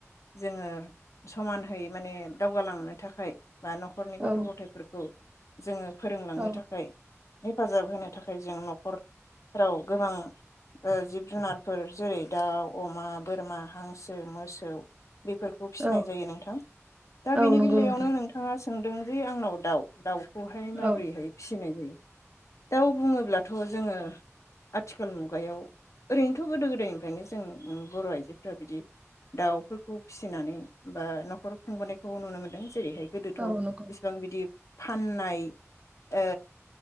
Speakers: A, on the left; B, on the right.
A: जोङो समानहै माने दावगालांनो थाखाय बा न'खरनि गथ'
B: औ
A: गथायफोरखौ जोङो फोरोंलांनो
B: औ
A: थाखाय हेफाजाब होनो थाखाय जों न'खरफोराव गोबां ओ जिब जुनारफोर जेरै- दाउ अमा बोरमा हांसो मोसौ बेफोरखौ फिसिनाय
B: औ
A: जायो नोंथां दा
B: औ
A: बेनि
B: नंगौ
A: बेलायावनो
B: नोंथां
A: नोंथाङा सोंदों जि आंनाव दाउ दाउ खौहाय माबोरैहाय
B: औ
A: फिसिनाय जायो। दाउ बुङोब्लाथ' जोङो आथिखाल मुगायाव ओरैनोथ' गोदो गोदाय निफ्रायनो जों बर' आइजोफोरा बिदि दाउफोरखौ फिसिनानै बा न'खर खुंबोनायखौ नुनो मोनदों जेरैहाय- गोदोथ'
B: औ नंगौ
A: इसिबां बिदि फाननाय ओ